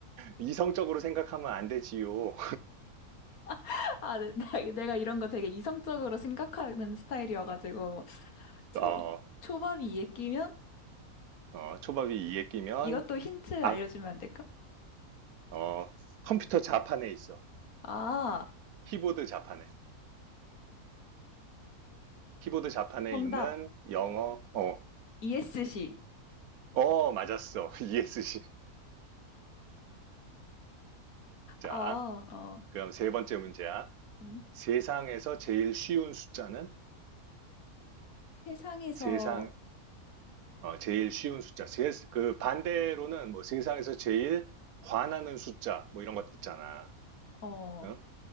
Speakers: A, on the right; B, on the left.
A: 이성적으로 생각하면 안 되지요.
B: <laughs> 아, 내, 나- 내가 이런 거 되게 이성적으로 생각하는 스타일이어가지고, 초,
A: 어,
B: 초밥이 이에 끼면?
A: 어, 초밥이 이에 끼면,
B: 이것도 힌트
A: 아,
B: 알려주면 안 될까?
A: 어, 컴퓨터 자판에 있어.
B: 아,
A: 키보드 자판에. 키보드 자판에
B: 정답.
A: 있는 영어, 어,
B: ESC.
A: 어, 맞았어. <laughs> ESC. 자,
B: 아, 어,
A: 그럼 세 번째 문제야.
B: 음.
A: 세상에서 제일 쉬운 숫자는
B: 세상에서,
A: 세상, 어, 제일 쉬운 숫자. 세- 그 반대로는 뭐 세상에서 제일 화나는 숫자, 뭐 이런 것도 있잖아.
B: 어,
A: 응?